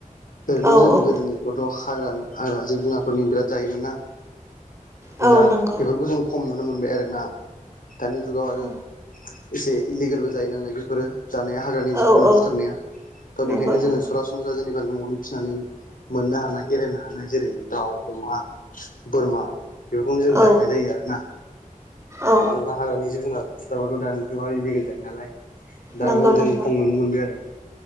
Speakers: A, on the left (about 75°); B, on the right (about 20°).
A: ओरैनो
B: औ
A: जों
B: औ
A: गोदोनिखौथ' हाग्रा हाग्रा जिब जुनारफोर बिराद जायोमोन ना
B: औ
A: दा
B: नंगौ
A: बेफोरखौ जों खम नुनो मोनबाय आरोना दानि जुगाव आरो।
B: औ
A: एसे इलिगेलबो जायो नालाय बेफोरो जानिया हाग्रानि
B: औ
A: जिब जुनार
B: औ
A: बुथारनाया दा
B: नंगौ
A: बेखायनो जोङो
B: नंगौ
A: सरासनस्रा जेनेबा न'आवनो फिनानै। मोननो हानाय एरायनो हानाय जेरै दाउ अमा‌‌ मोसौ बोरमा। बेफोरखौनो जों जाहैनाय
B: औ
A: जायो आरोना
B: औ
A: मानोना हाग्रानि जिब जुनार सिथारबाथ' दानि जुगावहाय इलिगेल जायो नालाय दाबो
B: नंगौ
A: जों
B: नंगौ
A: खम नुनो मोनबाय आरो